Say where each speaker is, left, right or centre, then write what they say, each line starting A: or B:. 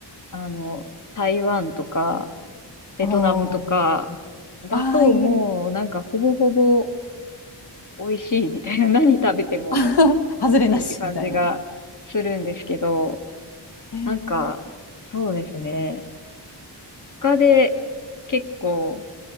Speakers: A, on the left; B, on the left.
A: あの、台湾とか、ベトナムとか、
B: おー、
A: だともうなんかほぼほぼ
B: ああ、いえ。
A: 美味しいみたいな、<laughs> 何食べても
B: <laughs> 外れなし、
A: 美味しいって感じがするんですけど、
B: みたいな。えー、
A: なんか、そうですね。他で結構好